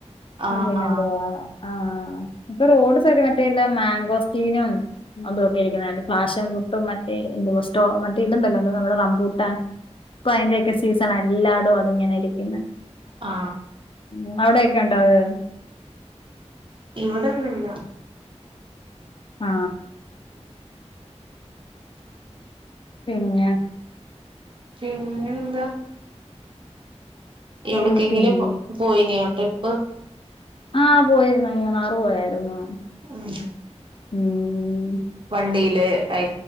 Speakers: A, on the right; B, on the left.
A: ആ
B: പിന്നെ
A: ആ
B: ആ ഇപ്പൊ റോഡ് സൈഡ് മറ്റേല്ല മാങ്കോസ്റ്റീനും അതുക്കെ ഇരിക്കുന്നു ഫഷൻഫ്രൂട്ടും മറ്റേ എന്തോ സ്റ്റോ മറ്റേ ഇതുണ്ടല്ലോ എന്തോ നമ്മുടെ റംമ്പൂട്ടാൻ ഇപ്പൊ അയിന്റെയൊക്കെ സീസൺ എല്ലായിടും അതിങ്ങനെ ഇരിക്കുന്നു
A: ആ
B: ഉ അവിടെക്കെ ഉണ്ട അത്
A: ഇവിടൊന്നുമില്ല
B: ആ പിന്നെ
A: പിന്നെ എന്താ എവിടക്കെങ്കിലും
B: ഓ പിന്നെ
A: പോയിന ട്രിപ്പ്
B: ആഹപോയിരുന്ന മൂന്നാറ് പോയാറ്ന്ന
A: ഉം
B: ഉം
A: വണ്ടിയില് ആയി